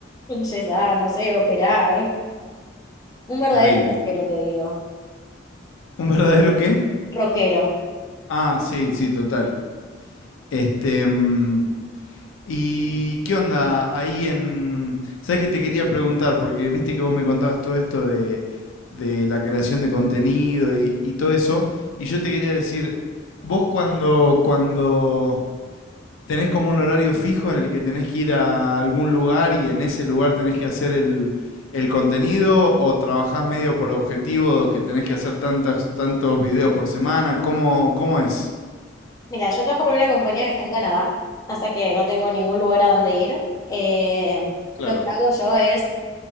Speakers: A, on the left; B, on the left.
A: <laughs> enyesar, no sé, operar. Un verdadero
B: Terrible.
A: rockero, te digo.
B: ¿Un verdadero qué?
A: Rockero.
B: Ah, sí, sí, total. Este. mm, ¿Y qué onda ahí en. ¿Sabes que te quería preguntar? Porque viste que vos me contabas todo esto de, de la creación de contenido y, y todo eso. Y yo te quería decir, vos cuando, cuando tenés como un horario fijo en el que tenés que ir a algún lugar y en ese lugar tenés que hacer el, el contenido o trabajás medio por objetivo que tenés que hacer tantos, tantos videos por semana? ¿Cómo, cómo es?
A: Mira, yo trabajo por una compañía que está en Canadá, así que no tengo ningún lugar a donde ir. Eh,
B: Claro.
A: lo que hago yo es